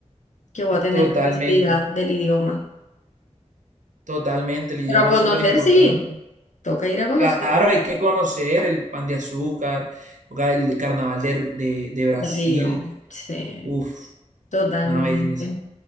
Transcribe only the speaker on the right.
Totalmente,
totalmente, el idioma
es súper importante.
Claro, hay que conocer el pan de azúcar, toca el carnaval de, de- de Brasil,
uf,
una belleza.